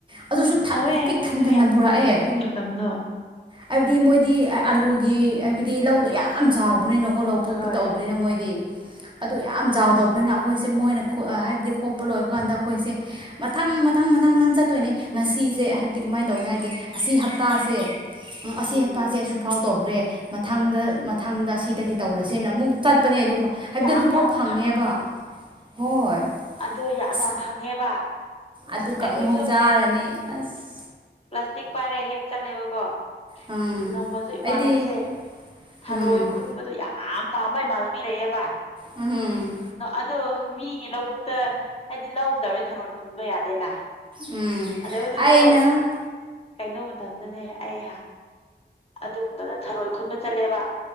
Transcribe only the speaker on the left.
ꯇꯋꯦ ꯌꯥ ꯑꯩꯈꯣꯏꯁꯨ
ꯌꯥꯝ ꯅꯨꯡꯁꯤꯌꯦ
ꯑꯗꯨ ꯃꯇꯝꯗꯣ
ꯍꯣꯏ
ꯎꯝ
ꯌꯥꯝ
ꯌꯥꯝ
ꯑꯣ ꯌꯥꯝ
ꯌꯥꯝ ꯐꯪꯉꯦꯕ
ꯑꯩꯈꯣꯏꯁꯨ
ꯄ꯭ꯂꯥꯁꯇꯤꯛ ꯄꯥꯏꯔ ꯍꯦꯛ ꯆꯠꯂꯦꯕꯀꯣ
ꯅꯣꯡꯃꯁꯨ ꯏꯃꯥꯟꯅꯕꯤꯁꯦ
ꯊꯔꯣꯏ
ꯈꯨꯟꯕꯗꯣ ꯌꯥꯝ ꯑꯝꯕꯝꯕꯩ ꯃꯥꯜꯕꯤꯔꯛꯑꯦꯕ
ꯑꯗꯨꯗ ꯃꯤꯒꯤ ꯂꯧꯕꯨꯛꯇ ꯍꯥꯏꯗꯤ ꯂꯗꯧꯔꯦ ꯊꯔꯣꯏ ꯈꯨꯟꯕ ꯌꯥꯗꯦꯅ
ꯑꯗ ꯍꯧꯗꯨꯁꯨ
ꯀꯩꯅꯩꯅꯣ ꯃꯇꯝꯗꯅꯦ ꯑꯩ ꯑꯗꯨ ꯃꯇꯝꯗ ꯊꯔꯣꯏ ꯈꯨꯟꯕ ꯆꯠꯂꯦꯕ